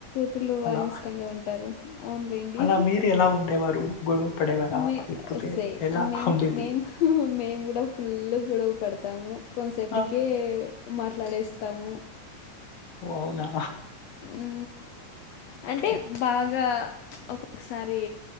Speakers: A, on the left; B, on the left.
A: తులు
B: అలా.
A: బాగా ఇష్టంగా ఉంటారు అవునులేండి
B: అలా మీరు ఎలా ఉండేవారు? గొడవ పడేవారా?
A: మే
B: లేకపోతే
A: సే
B: ఎలా
A: మేం
B: ఉండేది?
A: మేము మేము కూడా ఫుల్ గొడవ పడతాము కొన్సెప్ట్కి
B: ఆ!
A: మాట్లాడేస్తాము
B: ఓ అవునా
A: ఉ
B: ఓకే.
A: అంటే బాగా ఒక్కొక్కసారి